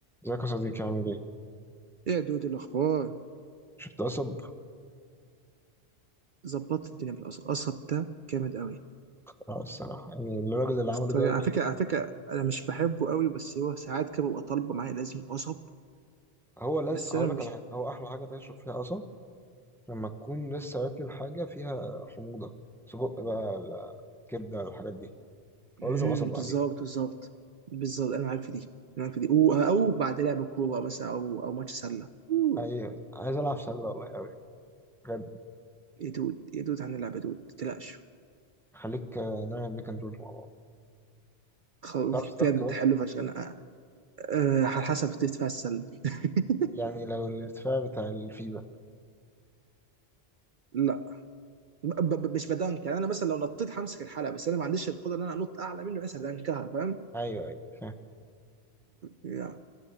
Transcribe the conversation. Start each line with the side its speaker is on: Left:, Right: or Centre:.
Centre: ازيك يا صديقي عامل ايه؟
Right: ايه يا دود الاخبار
Centre: شفت قصب؟
Right: ظبطت الدنيا في القصب القصب ده جامد قوي
Centre: اه الصراحة يعني الراجل اللي عمله ده
Right: طيب، على
Centre: جامد.
Right: فكره على فكره انا مش بحبه قوي بس هو ساعات كده ببقى طالبه معايا لازم قصب
Centre: هو لازم
Right: بس
Centre: هقول
Right: انا
Centre: لك
Right: مش
Centre: على حاجة هو أحلى حاجة تشرب فيها قصب لما تكون لسه واكل حاجة فيها حموضة سجق بقى ولا كبدة ولا الحاجات دي
Right: امم
Centre: هو لازم قصب بعدين
Right: بالظبط بالظبط بالظبط انا معاك في دي انا معاك في دي او, أو بعد لعب كوره مثلا او او ماتش سله أوه،
Centre: أي عايز ألعب سلة والله أوي بجد
Right: يا دود يا دود هنلعب يا دود ما تقلقش
Centre: خليك آه، نعمل بيك اند رول مع بعض
Right: خ-
Centre: تعرف سلانك
Right: بجد
Centre: بس
Right: حلو فشخ انا أه على حسب تدفع السله <laughs>
Centre: يعني لو الارتفاع بتاع الفيبا
Right: لا ب ب ب- مش بدنك يعني انا مثلا لو نطيت همسك الحلقه بس انا ما عنديش القدره ان انا انط اعلى منه بس هدنكها فاهم
Centre: أيوه أيوه فاهم
Right: يا.